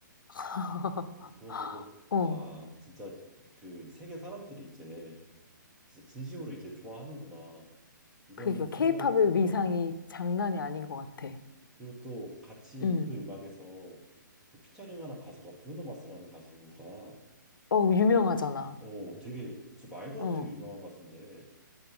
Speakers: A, on the left; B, in the centre.
A: <laughs>
B: 그래서 그거 보고
A: 어.
B: 와 진짜 그 세계 사람들이 이제 진짜 진심으로 이제 좋아하는구나 이런
A: 그니까,
B: 생각이
A: 케이팝의
B: 들더라고.
A: 위상이 장난이 아닌 것 같아.
B: 그리고 또 같이
A: 응.
B: 그 음악에서 그 피처링하는 가수가 브루노 마스라는 가수가
A: 어, 유명하잖아.
B: 어 되게 진짜 말도
A: 어.
B: 안 되게 유명한 가수인데